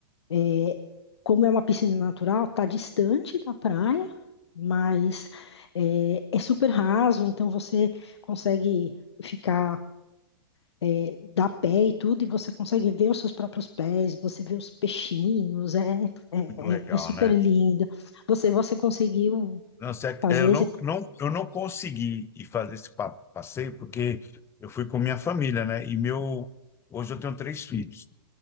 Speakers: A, on the left; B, on the left.
A: é, como é uma piscina natural, está distante da praia, mas é, é super raso, então você consegue ficar é, dar pé e tudo, e você consegue ver os seus próprios pés, você vê os peixinhos, é, é,
B: Muito legal,
A: é- é super
B: né?
A: lindo. Você, você conseguiu
B: Não, sé-
A: fazer
B: eu não,
A: esse...
B: não, eu não consegui ir fazer esse pa- passeio porque eu fui com minha família, né? E meu, hoje eu tenho três filhos.